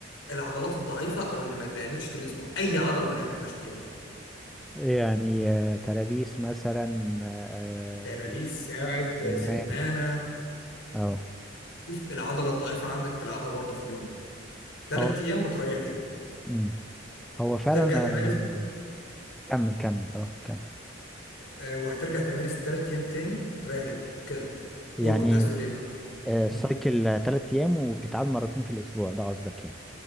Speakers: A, on the left; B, in the centre.
A: العضلات الضعيفة أو اللي ما لعبتش طول الأسبوع أي عضلة ما لعبتهاش طول الأسبوع
B: يعني آه، ترابيس مثلا آه
A: ترابيس
B: آه،
A: ساعد
B: سمان
A: سمانة
B: اه
A: شوف العضلة الضعيفة عندك تلعبها برضو في اليوم ده تلات
B: هو
A: أيام وتريح يوم
B: امم هو فعلا
A: ترجع
B: انا
A: تمارس
B: أنا- كمل كمل اه كمل
A: آه، وهترجع تمارس تلات ايام تاني وتريح يوم كده
B: يعني
A: قول كنت عايز تقول ايه معاك
B: آه سايكل
A: مم.
B: ثلاث ايام وبتتعاد مرتين في الاسبوع ده قصدك يعني